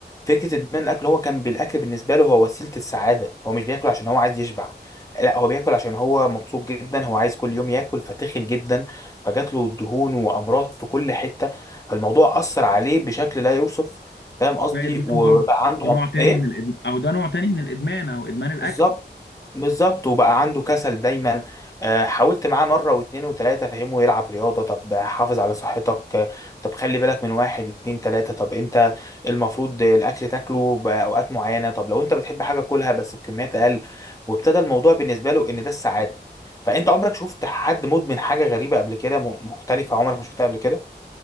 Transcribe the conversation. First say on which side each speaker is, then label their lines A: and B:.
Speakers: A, on the left (about 20°); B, on the left (about 80°).
A: فكرة ادمان الاكل هو كان بالاكل بالنسبة له هو وسيلة السعادة هو مش بياكل عشان هو عايز يشبع لا هو بياكل عشان هو مبسوط جدا هو عايز كل يوم ياكل فتخن جدا فجات له دهون وامراض في كل حتة فالموضوع اثر عليه بشكل لا يوصف فاهم قصدي
B: ده إدمان
A: وبقى
B: برضه
A: عنده
B: ده نوع
A: أم...
B: تاني
A: ايه
B: من الإدمان أو ده نوع تاني من الإدمان أو إدمان الأكل
A: بالظبط بالظبط وبقى عنده كسل دايما آه، حاولت معاه مره واتنين وتلاته فهمه يلعب رياضه طب حافظ على صحتك آه، طب خلي بالك من واحد اتنين تلاته طب انت المفروض الاكل تاكله باوقات معينه طب لو انت بتحب حاجه كلها بس بكميات اقل وابتدى الموضوع بالنسبه له ان ده السعاده فانت عمرك شفت حد مدمن حاجه غريبه قبل كده م- مختلفه عمرك ما شفتها قبل كده